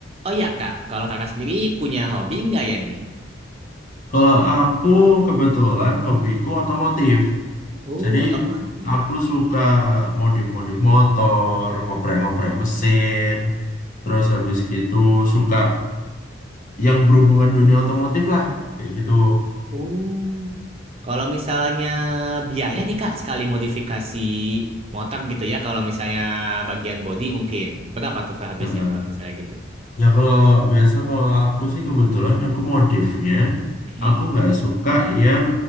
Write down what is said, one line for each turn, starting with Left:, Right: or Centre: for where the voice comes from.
Right: Oh iya kak, kalau kakak sendiri punya hobi nggak ya nih?
Left: Kalau aku kebetulan hobiku otomotif.
Right: Oh
Left: Jadi
Right: otomotif.
Left: aku suka modif-modif motor, ngoprek-ngoprek mesin. Terus habis gitu suka yang berhubungan dunia otomotif lah. Kayak gitu.
Right: Oh kalau misalnya biaya nih kak sekali modifikasi motor gitu ya, kalau misalnya bagian body mungkin berapa tuh kak habisnya
Left: Heeh.
Right: kalau misalnya gitu?
Left: Ya kalau biasa kalau aku sih kebetulan aku modifnya.
Right: Mm-mm.
Left: Aku nggak suka yang